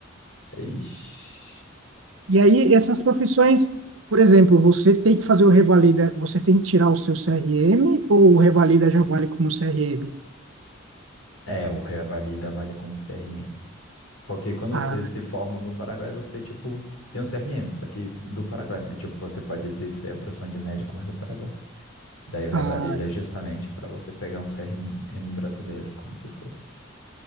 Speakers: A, on the left; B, on the right.
A: Ixi.
B: E aí, essas profissões, por exemplo, você tem que fazer o revalida, você tem que tirar o seu CRM ou o revalida já vale como CRM?
A: É, o revalida vale como CRM. Porque quando
B: Ah,
A: você se forma no Paraguai, você, tipo, tem um CRM, só que do Paraguai, né? Tipo, você pode exercer a profissão de médico, mas do Paraguai. Daí o Revalida
B: ah,
A: é justamente para você pegar um CRM brasileiro, como se fosse.